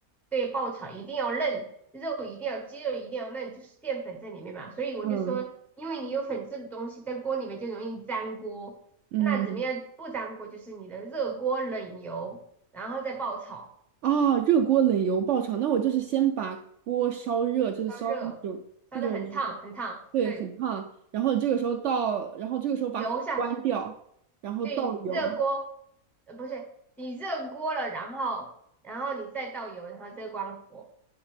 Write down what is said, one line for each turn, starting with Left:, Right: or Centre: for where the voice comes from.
Centre: 对，爆炒一定要嫩，肉一定要鸡肉一定要嫩，就是淀粉在里面嘛，所以我就说，
Right: 嗯。
Centre: 因为你有粉质的东西在锅里面就容易粘锅，
Right: 嗯，
Centre: 那怎么样不粘锅？就是你的热锅冷油，然后再爆炒，
Right: 啊，热锅冷油爆炒，那我就是先把锅烧热，就是烧到那种那种就是，
Centre: 烧热，烧得很烫很烫，
Right: 对，
Centre: 对，
Right: 很烫，然后你这个时候倒，然后这个时候把火关掉，
Centre: 油下去。
Right: 然后倒油，
Centre: 对，热锅，呃，不是，你热锅了，然后，然后你再倒油，然后再关火。